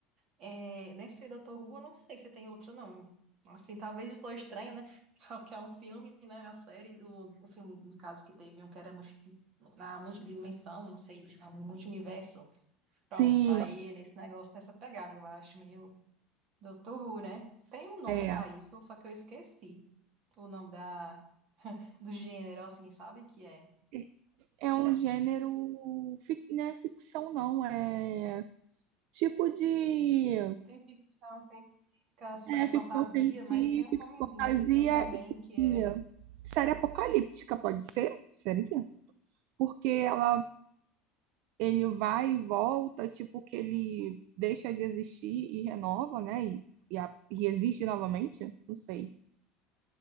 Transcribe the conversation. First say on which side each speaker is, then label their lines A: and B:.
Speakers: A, on the right; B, on the right.
A: É, nesse Doutor Who, eu não sei se tem outro, não. Assim, talvez estou Estranho, né? <laughs> Que é um filme, né? A série, o, o filme, nos casos que teve um que era multi- na multidimensão, não sei, multiverso. Pronto,
B: Sim,
A: aí é nesse negócio, nessa pegada, eu acho, meio Doutor Who, né? Tem um nome
B: é.
A: pra isso, só que eu esqueci o nome da, do gênero, assim, sabe que é?
B: É é um gênero,
A: Não sei,
B: fic- não é ficção não, é tipo de
A: Tem ficção científica,
B: é,
A: é fantasia,
B: ficção científica,
A: mas tem um nomezinho
B: fantasia
A: também que
B: e
A: é.
B: série apocalíptica, pode ser? Série que? Porque ela, ele vai e volta, tipo que ele deixa de existir e renova, né? E, e, a- e existe novamente, não sei.